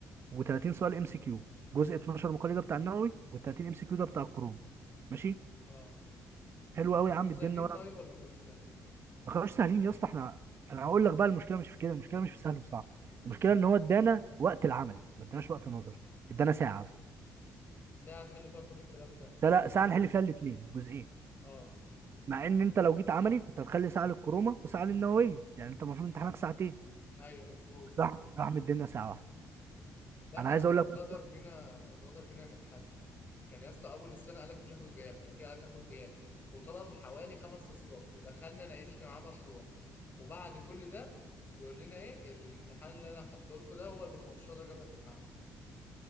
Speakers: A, on the right (about 40°); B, on the left (about 35°).
A: و30 سؤال ام سي كيو جزء 12 مقالي ده بتاع النووي وال30 ام سي كيو ده بتاع الكورونا ماشي
B: اه
A: حلو قوي يا
B: كانوا
A: عم
B: سهلين
A: ادينا
B: طيب ولا ما كانوش سهلين
A: ما كانوش سهلين يا اسطى احنا انا هقول لك بقى المشكله مش في كده المشكله مش في سهل وصعب
B: مم،
A: المشكله
B: مش كده
A: ان هو ادانا وقت العملي ما اداناش وقت نظري ادانا ساعه اصلا
B: ساعة تحلوا فيها كل الكلام ده
A: ساعه ساعة نحل فيها الاثنين جزئين
B: اه
A: مع ان انت لو جيت عملي كنت هتخلي ساعه للكرومه وساعه للنوويه يعني انت المفروض امتحانك ساعتين
B: ايوه المفروض
A: راح راح مدينا ساعه واحده
B: لا
A: انا
B: احنا
A: عايز
B: عندنا
A: اقول لك
B: اتغدر
A: بس
B: بينا اتغدر بينا من حد كان يا اسطى اول السنة قالك مش هاخد غياب بعد كده قالك هاخد غياب وطلب حوالي خمس تاسكات ودخلنا ناقشنا معاه مشروع وبعد كل ده يقول لنا ايه الامتحان اللي انا حاطه لكم ده هو ب 15 درجة بتاعت المعمل